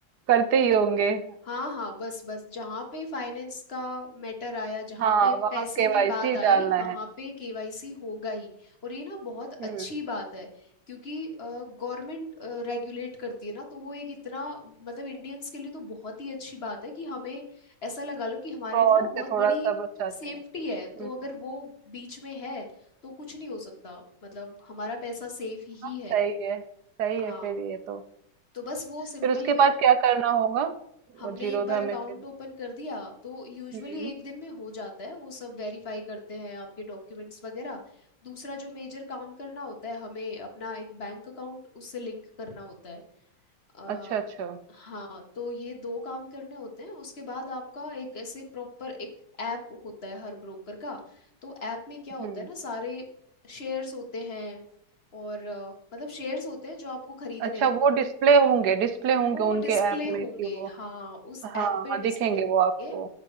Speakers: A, on the right; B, on the left.
A: करते ही होंगे हम्म,
B: हाँ हाँ बस बस जहाँ पे फाइनेंस का मैटर आया जहाँ
A: हाँ
B: पे
A: वहाँ
B: पैसे
A: केवाईसी
B: की बात आई
A: डालना
B: वहाँ
A: है
B: पे केवाईसी होगा ही और ये ना बहुत अच्छी
A: हम्म
B: बात है क्योंकि गवर्नमेंट रेगुलेट करती है ना तो वो एक इतना मतलब इंडियंस के लिए तो बहुत ही अच्छी बात है कि हमें ऐसा लगा लो कि हमारे
A: फ्रॉड
B: लिए ना वो बहुत
A: से थोड़ा
B: बड़ी
A: सा बचाते
B: सेफ्टी
A: हैं
B: है तो
A: हम्म
B: अगर वो बीच में है तो कुछ नहीं हो सकता मतलब हमारा पैसा सेफ ही ही
A: सही
B: है
A: है सही
B: हाँ
A: है फिर ये तो
B: तो बस वो सिंपली
A: फिर उसके बाद क्या करना होगा
B: हमने
A: वो जीरोधा
B: एक बार अकाउंट
A: में फिर
B: ओपन कर दिया तो यूजुअली
A: हम्म
B: एक दिन में हो जाता है वो सब वेरीफाई करते हैं आपके डॉक्यूमेंट्स वगैरह दूसरा जो मेजर काम करना होता है हमें अपना एक बैंक अकाउंट उससे लिंक करना होता है अ,
A: अच्छा अच्छा
B: हाँ तो ये दो काम करने होते हैं उसके बाद आपका एक ऐसे प्रॉपर एक ऐप होता है हर ब्रोकर का तो ऐप में क्या होता
A: हम्म
B: है ना सारे शेयर्स होते हैं और अ, मतलब शेयर्स होते हैं जो आपको खरीदने
A: अच्छा
B: हैं
A: वो डिस्प्ले होंगे डिस्प्ले होंगे
B: वो
A: उनके
B: डिस्प्ले
A: ऐप
B: होंगे
A: में कि वो
B: हाँ उस
A: हाँ
B: ऐप पे
A: हाँ
B: डिस्प्ले
A: दिखेंगे
B: होंगे
A: वो आपको